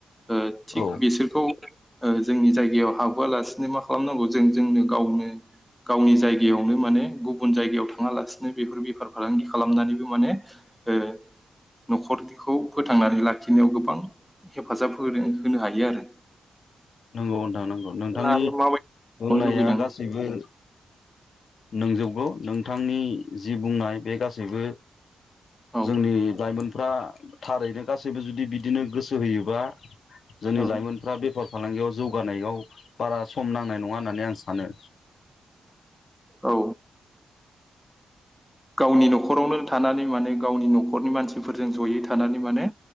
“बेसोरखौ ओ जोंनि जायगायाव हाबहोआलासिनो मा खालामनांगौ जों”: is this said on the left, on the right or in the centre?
Centre